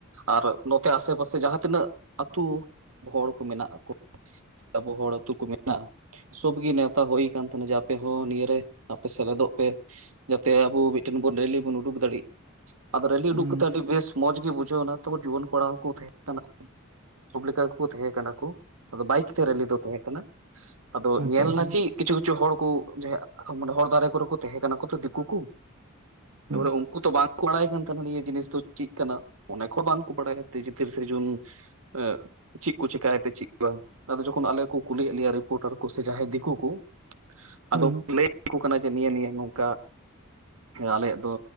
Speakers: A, on the right; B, on the right.
A: ᱟᱨ ᱱᱚᱛᱮ ᱟᱥᱮ ᱯᱟᱥᱮ ᱡᱟᱦᱟᱸ ᱛᱤᱱᱟᱹᱜ ᱟᱹᱛᱩ ᱦᱚᱲ ᱠᱚ ᱢᱮᱱᱟᱜ ᱠᱚ᱾ ᱟᱵᱚ ᱦᱚᱲ ᱟᱹᱛᱩ ᱠᱚ ᱢᱮᱱᱟᱜᱼᱟ᱾ ᱥᱚᱵ ᱜᱮ ᱱᱮᱶᱛᱟ ᱦᱳᱭ ᱠᱟᱱ ᱛᱟᱦᱮᱱᱟ, ᱡᱮ ᱟᱯᱮ ᱦᱚᱸ ᱱᱤᱭᱟᱹᱨᱮ ᱟᱯᱮ ᱥᱮᱞᱮᱫᱚᱜ ᱯᱮ᱾ ᱡᱟᱛᱮ ᱟᱵᱚ ᱢᱤᱫᱴᱮᱱ ᱵᱚᱱ ᱨᱮᱞᱤ ᱵᱚᱱ ᱩᱰᱩᱠ ᱫᱟᱲᱮᱜ ᱟᱫᱚ ᱨᱮᱞᱤ
B: ᱦᱩᱸ
A: ᱩᱰᱩᱠ ᱠᱟᱛᱮᱜ ᱟᱹᱰᱤ ᱵᱮᱥ᱾ ᱢᱚᱸᱡᱽ ᱜᱮ ᱵᱩᱡᱷᱟᱹᱣ ᱚᱱᱟ ᱛᱚ ᱡᱩᱣᱚᱱ ᱠᱚᱲᱟ ᱦᱚ ᱠᱚ ᱛᱟᱦᱮᱸ ᱠᱟᱱᱟ᱾ ᱥᱚᱵ ᱞᱮᱠᱟ ᱜᱮᱠᱚ ᱛᱟᱦᱮᱸ ᱠᱟᱱᱟ ᱠᱩ ᱟᱫᱚ ᱵᱟᱭᱤᱠ ᱛᱮ ᱨᱮᱞᱤ ᱫᱚ ᱛᱟᱦᱮᱸ ᱠᱟᱱᱟ, ᱟᱫᱚ
B: ᱟᱪᱪᱷᱟ
A: ᱧᱮᱞ
B: ᱟᱪᱪᱷᱟ
A: ᱱᱟ ᱪᱮᱜ ᱠᱤᱪᱷᱩ-ᱠᱤᱪᱷᱩ ᱦᱚᱲ ᱠᱩ ᱢᱟᱱᱮ ᱦᱚᱲ ᱫᱟᱨᱮ ᱠᱚᱨᱮ ᱠᱚ ᱛᱟᱦᱮᱸ ᱠᱟᱱᱟ ᱠᱚ ᱛᱚ ᱫᱤᱠᱩ ᱠᱩ
B: ᱦᱩᱸ
A: <unintelligible> ᱩᱝᱠᱩ ᱛᱚ ᱵᱟᱝ ᱵᱟᱲᱟᱭ ᱠᱟᱱ ᱛᱟᱦᱮᱱᱟ ᱱᱤᱭᱟᱹ ᱡᱤᱱᱤᱥ ᱫᱚ ᱪᱤᱜ ᱠᱟᱱᱟ, ᱚᱱᱮᱠ ᱦᱚᱸ ᱵᱟᱝᱠᱚ ᱵᱟᱲᱟᱭᱟ ᱛᱤᱡᱮ ᱛᱤᱨᱤᱥᱮ ᱡᱩᱱ <unintelligible> ᱪᱤᱜ ᱠᱩ ᱪᱮᱞᱤᱠᱟᱭᱛᱮ ᱪᱤᱜ ᱵᱟᱝ, ᱟᱫᱚ ᱡᱚᱠᱷᱚᱱ ᱟᱞᱮ ᱠᱩ ᱠᱩᱞᱤᱭᱮᱫ ᱞᱮᱭᱟ ᱨᱤᱯᱳᱴᱟᱨ ᱠᱚ ᱥᱮ ᱡᱟᱦᱟᱸᱭ ᱫᱤᱠᱩ ᱠᱚ
B: ᱦᱩᱸ
A: ᱟᱫᱚ ᱞᱟᱹ ᱠᱩ ᱠᱟᱱᱟ ᱡᱮ ᱱᱤᱭᱟᱹ ᱱᱤᱭᱟᱹ ᱱᱚᱝᱠᱟ ᱟᱞᱮᱭᱟᱜ ᱫᱚ